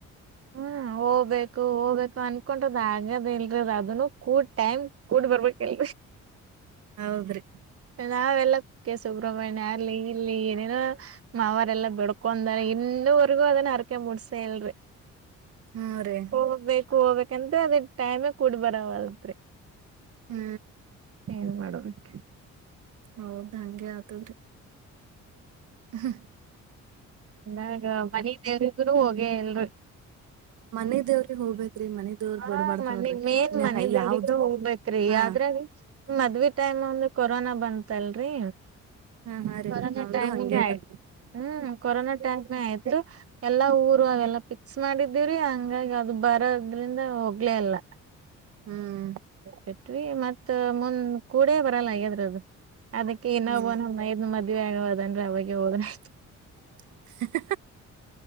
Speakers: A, on the right (about 50°); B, on the right (about 75°).
A: ಹ್ಮ್ ಹೋಗ್ಬೇಕು ಹೋಗ್ಬೇಕು ಅನ್ಕೊಂಡಟದ್ ಆಗದ ಇಲ್ರದ ಅದ ಅದ ಕೂಡ್ ಟೈಮ್ ಕೂಡ್ ಬರ್ಬೇಕಲ್
B: ಹೌದ್ರಿ
A: ನಾವೆಲ್ಲ ಕುಕ್ಕೆ ಸುಬ್ರ್ಮಣ್ಯ ಅರ್ಲಿ ಇಲ್ಲಿ ಏನೇನೋ ಅವರೆಲ್ಲ ಬಿಡ್ಕೊಂಡಾರೆ ಇನ್ನು ಇನ್ನವರ್ಗೂದಾನ ಅರಕ ಮುಡಸ ಹೇಳಲ್ರಿ
B: ಹ್ಮ್ ರೀ
A: ಹೋಗ್ಬೇಕು ಹೋಗ್ಬೇಕಂತ್ರ ಅದ ಟೈಮ ಕೂಡ್ಬರವಲ್ತ್ರಿ
B: ಹ್ಮ್
A: ಏನ್ ಮಾಡಬೇಕು
B: ಹೌದ ಹಂಗಗೆ ಆತದ್ರಿ ಹ್ಮ
A: ಇಾಗ ಮನೀ ತೇರಿದ ಹೋಗೇ ಎಲ್ರು
B: ಮನಿ ದೇವ್ರಿಗ್ ಹೋಗ್ಬೇಕ್ರಿ ಮನಿ ದೇವ್ರ
A: ಹ
B: ಬಿಡ್ಬಾರ್ದ್
A: ಮನೆಗ್
B: ನೋಡ್ರಿ
A: ಮೇನ್
B: ನ
A: ಮನೆ ದಗ
B: ಯಾವ್ದ್
A: ಹೋಗ್ಬೇಕೇ್ರಿ
B: ಹಾ
A: ಆದ್ರ ಮದ್ವಿ ಟೈಮ್ ಒಂದು ಕೊರೋನಾ ಬಂತತ್ಲ್ರಿ
B: ಹಾ ಹಾ ರೀ
A: ಕೊರೋನಾ
B: ನಮ್ದು
A: ಟೈಮಂಗ
B: ಹಂಗೆ ಆಗ್ಯದ
A: ಆಯ್ತು ಹ್ಮ್ ಕೊರೋನಾ ಟೈಮ್ ಆಯ್ತು ಎಲ್ಲಾ ಊರು ಅವೆಲ್ಲಾ ಪಫಿಕ್ಸ್ ಮಾಡಿದ್ದೀವ್ರೀ ಹಂಗಾಗಿ ಅದು ಬರ ಅ್ರಂದ ಹೋಗ್ಲೇ ಅಲ್ಲ
B: ಹ್ಮ್
A: ಬಟ್ವಿ ಮತ್ತ ಮುಂದ್ ಕೂಡೇ ಬರಲ್ಲ ಹಾಗಗದ್ರದು ಅದಕ್ಕೆ ಇನ್ನೊಬ್ಬ
B: ಹ್ಮ್
A: ನಮ್ಮ ಮೈದ್ ಮುದ್ವಿ ಆಗವದಂದ್ರೆ ಅವಾಗ ಹದನ
B: ಹ